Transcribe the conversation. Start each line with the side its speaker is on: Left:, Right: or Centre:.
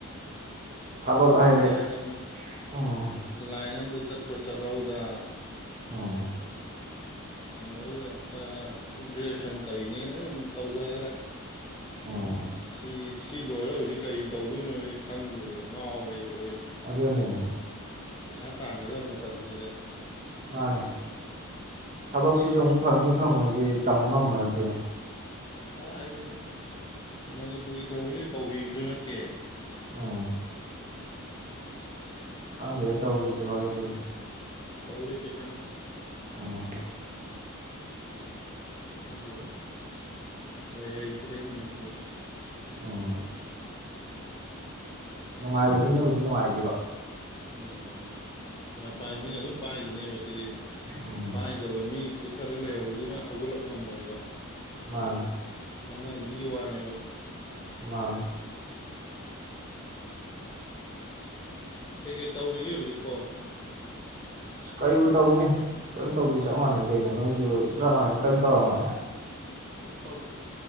Right: ꯊꯕꯛ ꯍꯥꯏꯔꯦ
Left: ꯎꯝ ꯂꯥꯏꯟ ꯑꯃ
Right: ꯎꯝ
Left: ꯂꯥꯏꯟ ꯑꯃꯗ ꯆꯠ ꯄ꯭ꯔ ꯆꯂꯥꯎꯒ
Right: ꯑꯣ
Left: ꯀꯩꯅꯣꯗ ꯏꯒ꯭ꯔꯦꯖꯦꯁꯟ ꯇꯧꯏꯅꯦꯅ ꯁꯨꯝ ꯇꯧꯊꯈ꯭ꯔꯦ
Right: ꯎꯝ
Left: ꯁꯤ ꯁꯤ ꯂꯣꯏꯔꯦ ꯍꯧꯖꯤꯛ ꯀꯔꯤ ꯇꯧꯗꯣꯏꯅꯣꯖꯤ ꯈꯪꯗꯗꯅ ꯉꯥꯎꯔꯣꯏꯦꯕꯀꯣ
Right: ꯑꯗꯨꯗ ꯑꯅꯦ
Left: ꯄꯩꯁꯥ ꯇꯥꯟꯒꯗꯕ ꯃꯇꯝꯁꯤꯗ
Right: ꯃꯥꯅꯦ ꯊꯕꯛꯁꯤꯁꯨ ꯑꯃꯨꯛ ꯐꯪꯅꯤ ꯐꯪꯉꯣꯏꯁꯦ ꯇꯝꯕ ꯉꯝꯕ ꯅꯠꯇꯦꯅ
Left: <unintelligible> ꯥꯏ ꯃꯅꯤꯄꯨꯔꯒꯤ ꯊꯕꯛꯁꯤ ꯀꯧꯕꯤꯕꯁꯨ ꯅꯠꯇꯦ
Right: ꯎꯝ ꯈꯪꯗꯦꯅ ꯇꯧꯔꯤꯁꯦ ꯍꯣꯏ ꯑꯗꯨꯅꯤ
Left: ꯊꯧꯔꯤ ꯄꯆꯥ
Right: ꯑꯣ
Left: ꯎꯗꯦꯗ ꯂꯩ ꯍꯩꯇ꯭ꯔꯦ ꯃꯅꯤꯄꯨꯔ
Right: ꯎꯝ ꯎ ꯅꯨꯡꯉꯥꯏꯕ ꯃꯤꯅꯕꯨꯗꯤ ꯅꯨꯡꯉꯥꯏꯈꯤꯕ
Left: ꯎꯝ ꯄꯩꯁꯥ ꯄꯥꯏ ꯃꯤꯅ ꯑꯗꯨꯝ ꯄꯥꯏꯈꯤꯅꯦꯕ ꯁꯤꯗꯤ
Right: ꯎꯝ
Left: ꯄꯥꯏꯗꯕ ꯃꯤ ꯄꯨꯊꯔ ꯂꯩꯍꯧꯕꯗꯨꯅ ꯍꯧꯒꯠꯂꯛ ꯉꯝꯃꯣꯏꯕ
Right: ꯃꯥꯅꯦ
Left: ꯑꯃ ꯑꯅꯤꯒꯤ ꯋꯥꯅꯦꯕ
Right: ꯃ
Left: ꯀꯩ ꯀꯩ ꯇꯧꯔꯤꯒꯦ ꯍꯧꯖꯤꯛꯄꯣ
Right: ꯑꯁ ꯀꯩꯨ ꯇꯧꯅꯤ ꯀꯔꯤꯝ ꯇꯧꯗꯤ ꯆꯞ ꯃꯥꯟꯅꯩ ꯀꯩꯅꯣ ꯅꯣꯏꯁꯨ ꯆꯞ ꯃꯥꯟꯅꯩꯅ ꯀꯩꯝ ꯇꯧꯔꯝꯃꯦ
Left: ꯎꯝ ꯀꯩꯝ ꯇꯧꯗꯦ